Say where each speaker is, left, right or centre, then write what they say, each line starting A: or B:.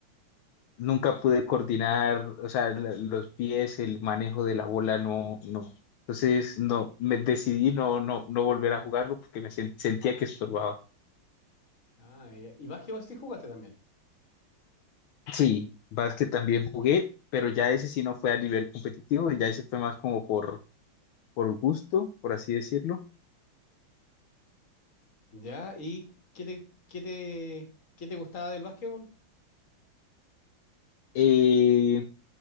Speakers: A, on the left (about 80°); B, on the left (about 40°).
A: nunca pude coordinar, o sea, la- los pies, el manejo de la bola, no, no. Entonces, no, me decidí no, no, no volver a jugarlo porque me sen- sentía que estorbaba.
B: Ah, ya. y básquetbol sí jugaste también.
A: Sí, básquet también jugué, pero ya ese sí no fue a nivel competitivo, ya ese fue más como por, por gusto, por así decirlo.
B: Ya, ¿y qué te, qué te, qué te gustaba del básquetbol?
A: Eh,